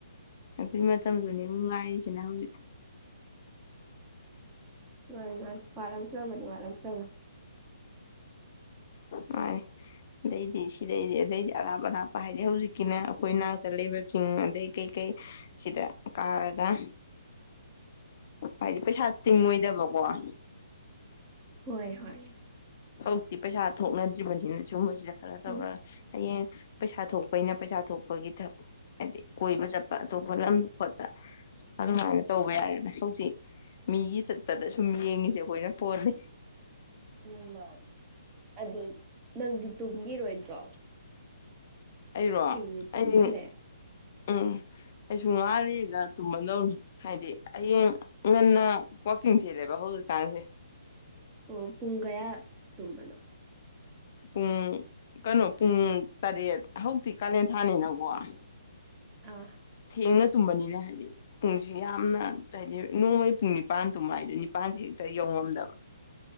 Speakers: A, on the left (about 45°); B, on the right (about 20°).
A: ꯑꯗꯨ ꯃꯝꯣꯅꯤꯁ ꯏꯩꯅ ꯍꯧꯖꯤ
B: ꯎ ꯃꯥ ꯃꯥ ꯄꯔ ꯆꯕꯅꯤ ꯋꯥꯔ ꯆꯃꯦ
A: ꯃꯥꯅꯤ ꯑꯗꯩꯗꯤ ꯁꯤꯗꯩꯗꯤ ꯑꯗꯩꯗꯤ ꯑꯔꯥꯞ ꯑꯔꯥꯞꯄ ꯍꯥꯏꯗꯤ ꯍꯧꯖꯤꯛꯀꯤꯅ ꯑꯩꯈꯣꯏꯅꯥꯛꯇ ꯂꯩꯕ ꯆꯤꯡ ꯑꯗꯩ ꯀꯩꯀꯩ ꯁꯤꯗ ꯀꯥꯔꯒ ꯍꯥꯏꯗꯤ ꯄꯩꯁꯥ ꯇꯤꯡꯉꯣꯏꯗꯕꯀꯣ <unintelligible>
B: ꯍꯣꯏ ꯍꯣꯏ
A: ꯍꯧ ꯊꯤ ꯄꯩꯁꯥ ꯊꯣꯛꯅꯗ꯭ꯔꯤꯕꯅꯤꯅ ꯁꯨꯝꯕꯁꯤꯗ ꯈꯔ ꯇꯧꯔꯒ
B: ꯎꯝ
A: ꯍꯌꯦꯡ ꯄꯩꯁꯥ ꯊꯣꯛꯄꯩꯅ ꯄꯩꯁꯥ ꯊꯣꯛꯄꯒꯤ ꯊꯛ ꯍꯥꯏꯗꯤ ꯀꯣꯏꯕ ꯆꯠꯄ ꯑꯇꯣꯞꯄ ꯂꯝꯗ ꯈꯣꯠꯄ ꯑꯗꯨꯃꯥꯏꯅ ꯇꯧꯕ ꯌꯥꯏꯗ ꯍꯧꯖꯤꯛ ꯃꯤꯒꯤ ꯆ ꯇꯗ ꯁꯨꯝ ꯌꯦꯡꯉꯤꯁꯦ ꯑꯩꯈꯣꯏꯅ ꯄꯣꯟꯜꯂꯤ
B: ꯎꯝ ꯑꯗꯨ ꯅꯪꯗꯤ ꯇꯨꯝꯒꯤꯔꯣꯏꯗ꯭ꯔꯣ
A: ꯑꯩꯔꯣ
B: ꯊꯦꯡꯗꯤ
A: ꯑ
B: ꯊꯦꯡꯖꯤꯜꯂꯛꯑꯦ
A: ꯎꯝ ꯎ ꯑꯩꯁꯨ ꯉꯥꯜꯂꯤꯒ ꯇꯨꯝꯕꯗꯧꯅꯤ ꯍꯥꯏꯗꯤ ꯍꯌꯦꯡ ꯉꯟꯅ ꯀꯀꯤꯡ ꯆꯦꯜꯂꯦꯕ ꯍꯧꯖꯤꯛꯀꯥꯟꯁꯦ
B: ꯑꯣ ꯄꯨꯡꯒꯌꯥ ꯇꯝꯕꯅꯣ
A: ꯄꯨꯡ ꯀꯩꯅꯣ ꯄꯨꯡ ꯁꯔꯤ ꯍ ꯀꯂꯦꯟ ꯊꯅꯤ ꯅꯒ ꯋꯥ
B: ꯑꯥ
A: ꯊꯦꯡꯅ ꯇꯨꯝꯕꯅꯤꯅ ꯍꯥꯏꯗꯤ ꯄꯨꯡꯁꯤ ꯌꯥꯝꯅ ꯀꯗꯤ ꯅꯣꯡꯃꯩ ꯄꯨꯡ ꯅꯤꯄꯥꯟ ꯇꯣꯃꯥꯏꯗꯣꯏꯅꯤ ꯄꯥꯟꯁꯤꯦ ꯍꯦꯛꯇ ꯌꯧꯉꯝꯗꯕ